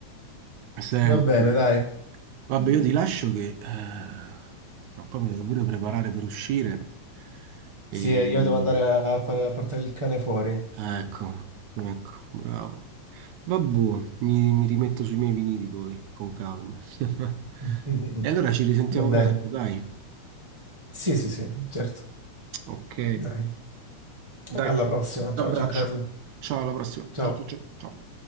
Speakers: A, on the right; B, on the right.
A: Senti,
B: Va bene, dai.
A: vabbè, io ti lascio che eh, tra un po' mi devo pure preparare per uscire e,
B: Sì, eh, io devo andare a, a fare- a portare il cane fuori.
A: Ecco, ecco, bravo. Vabbù, mi, mi rimetto sui miei vinili poi, con calma. <laughs>
B: <laughs>
A: E allora ci risentiamo
B: Va bene.
A: presto, dai.
B: Sì, sì, sì, certo.
A: Ok,
B: Dai.
A: dai,
B: Alla prossima. Ciao
A: abbraccio.
B: Giancarlo.
A: Ciao, alla prossima.
B: Ciao.
A: Ciao, ciao, ciao. ciao.